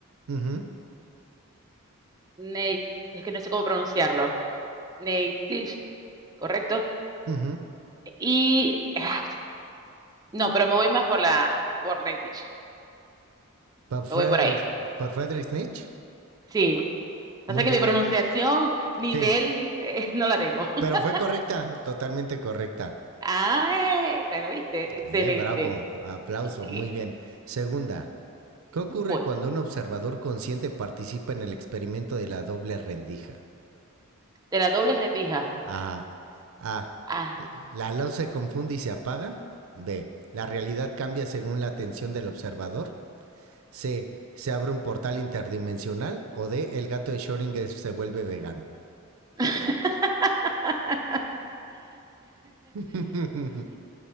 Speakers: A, on the right; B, on the right.
A: Ujú,
B: Nate, es que no sé cómo pronunciarlo, Nate ¿correcto?
A: ujú.
B: Y <sighs> no, pero me voy más por la por Netish.
A: ¿Por Friedrich,
B: Me voy por ahí.
A: por Friedrich Nietzsche?
B: Sí. Pasa
A: Muy
B: que
A: bien.
B: mi pronunciación, nivel,
A: Sí,
B: eh, <laughs> no la tengo. <laughs>
A: Pero fue correcta, totalmente correcta.
B: Ah, eh, bueno, viste. Excelente.
A: Eh, bravo, aplauso,
B: Ok,
A: muy bien. Segunda, ¿qué ocurre
B: voy.
A: cuando un observador consciente participa en el experimento de la doble rendija?
B: De la doble rendija.
A: Ajá. A.
B: Ah.
A: La luz se confunde y se apaga. B. La realidad cambia según la atención del observador. C. Se abre un portal interdimensional. O D. El gato de Schrödinger se vuelve vegano.
B: <laughs>
A: <laughs>